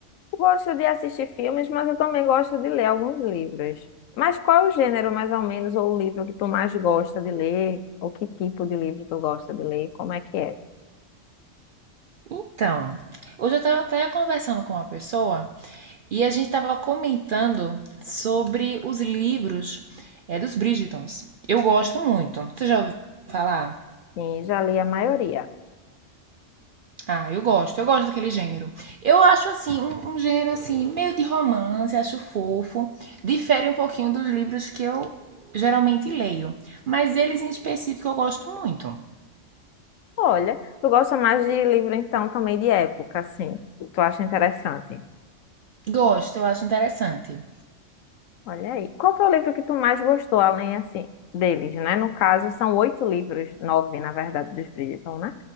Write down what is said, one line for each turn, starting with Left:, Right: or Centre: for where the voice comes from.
Left: Gosto de assistir filmes, mas eu também gosto de ler alguns livros. Mas qual é o gênero, mais ou menos, ou o livro que tu mais gosta de ler? Ou que tipo de livro tu gosta de ler? Como é que é?
Right: Então, hoje eu estava até conversando com uma pessoa e a gente estava comentando sobre os livros eh, dos Bridgertons. Eu gosto muito. Você já ouviu falar?
Left: Sim, já li a maioria.
Right: Ah, eu gosto, eu gosto daquele gênero. Eu acho assim, um, um gênero assim, meio de romance, acho fofo. Difere um pouquinho dos livros que eu geralmente leio. Mas eles em específico eu gosto muito.
Left: Olha, tu gosta mais de livro, então, também de época, assim. Tu acha interessante.
Right: Gosto, eu acho interessante.
Left: Olha aí. Qual foi o livro que tu mais gostou, além, assim, deles, né? No caso, são oito livros, nove, na verdade, dos Bridgerton, né?